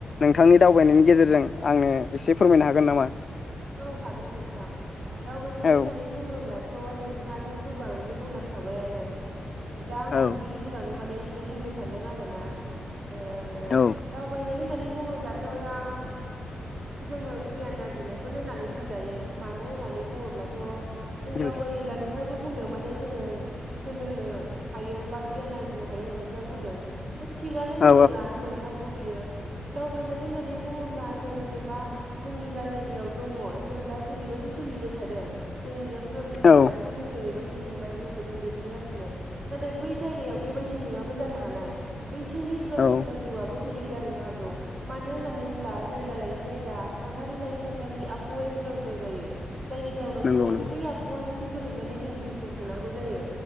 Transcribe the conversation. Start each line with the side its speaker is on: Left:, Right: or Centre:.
Left: नोंथांनि दावबायनायनि गेजेरजों आंनो एसे फोरमायनो हागोन नामा?
Right: औ हागोन नोंथां दावबायनाय
Left: औ
Right: होननानै बुङोब्लाथ' नोंथाङानो गोबाङैनो बुंलांखाबायानो- दा आं
Left: औ
Right: बिनि गेजेरावनो माने एसे बुंनो सानदों आरो ना ओ
Left: औ
Right: दावबायनाय होननानै बुङोब्लाथ' दा जोङो गियान आरजिनाय। खौनो होननानै बुंजायो मानो होननानै बुङोब्लाथ' जों
Left: ओ
Right: दावबायोब्ला नोंथाङाबो बुंदों माने जोङो सोलोंनो हायो बा गियान आरजिनो हायो होननानै नोंथाङा बुंदों। बे थिगानो
Left: औ
Right: जेनेबा नंखागौ बियो दावबायनाय होननानै बुङोब्ला जोङो जेनेबा। जोंनि जा जायगायाव दङ जों दा जेरैबायदि सोलिबाय थादों जोंनि जा सरासनस्रा
Left: औ
Right: लाइफ। खौ जों जेरैबायदि जेनेबा जिउखौ जों दैदेनगासिनो गोदो बै जायगायाव बेबायदि नङाबो जानो हानाय बैसोरनि सरासनस्रा
Left: औ
Right: जिउआबो। बेलेग जाहैनो हागौ मानो होननानै होनब्ला जायगा लायै जायगा थासारि लायै। थासारि आबहावाया जुदा जुदा जायो जायनि जाउनाव
Left: नंगौ
Right: जों माने
Left: नंगौ
Right: बै आबहावा हौवाजोंसो गोरोबनानै जों जिउखौ खुंनांगौ जायो